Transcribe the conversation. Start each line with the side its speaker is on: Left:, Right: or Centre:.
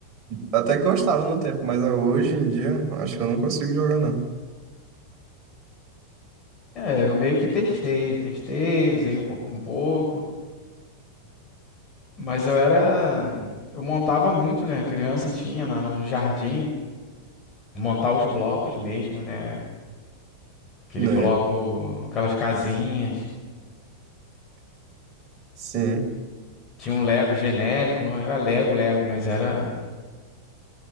Right: Até que gostava no tempo, mas hoje em dia, acho que eu não consigo jogar, não.
Left: É, eu meio que testei, eu testei, usei um pouco, um pouco. Mas eu era, eu montava muito, né? Criança tinha na- no, no jardim, montar os blocos mesmo, né? Aquele
Right: Né?
Left: bloco, aquelas casinhas.
Right: Sim.
Left: Tinha um Lego genérico, não era Lego, Lego, mas era